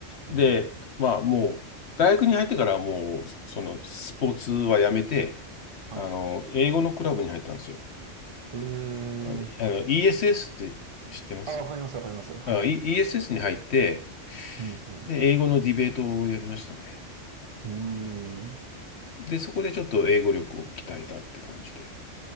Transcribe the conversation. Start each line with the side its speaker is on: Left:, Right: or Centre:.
Right: うん。
Left: で、まあ、もう、大学に入ってからはもう、その、スポーツはやめて、
Right: はい。
Left: あの、英語のクラブに入ったんですよ。
Right: え
Left: あの、
Right: ー。
Left: ESS って知ってます
Right: あ、わかります、わかります。はい。
Left: あ、E- ESS に入って、
Right: うん、う
Left: で、英語のディベートをやりましたね。
Right: ん。うーん。
Left: で、そこでちょっと英語力を鍛えたって感じで。